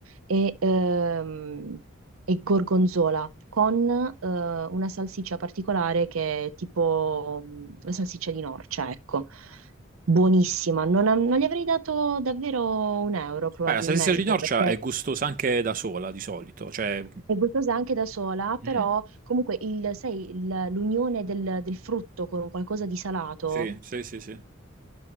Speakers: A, on the right (about 85°); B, on the right (about 40°).
A: e, ehm, e gorgonzola con eh, una salsiccia particolare che è tipo mh, la salsiccia di Norcia, ecco. Buonissima, non, non gli avrei dato davvero un euro probabilmente
B: Beh, la salsiccia di Norcia
A: perché
B: è gustosa anche da sola di solito, cioè...
A: è gustosa anche da sola,
B: mm,
A: però comunque il- sai, il- l'unione del, del frutto con qualcosa di salato.
B: sì, sì, sì, sì.